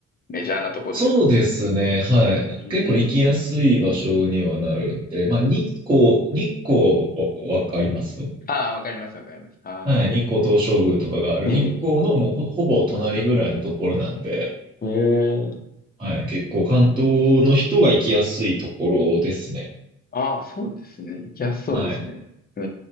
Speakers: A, on the left; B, on the right.
A: メジャーなとこですか
B: そうですね。はい。
A: うーん。
B: 結構行きやすい場所にはなるんで、まあ、日光、日光わわかります
A: ああ、わかります、わかります。ああ。
B: はい。日光東照宮とかがある日光のもうほ、
A: ええ。
B: ほぼ隣ぐらいのところなんで、
A: ええ。
B: はい。結構関東の人が行きやすいところですね。
A: ああ、そうですね。行きやすそうですね。
B: はい。
A: え